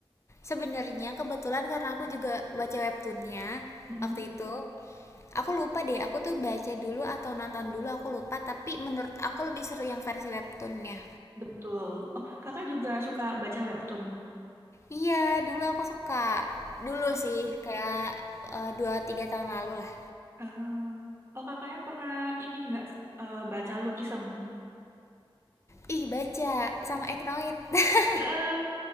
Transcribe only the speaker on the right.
Mm-mm,
betul. Oh, Kakak juga suka baca webtoon?
Hmm,
eh, oh, Kakaknya pernah ini nggak eh, baca Lukisem?
Eh,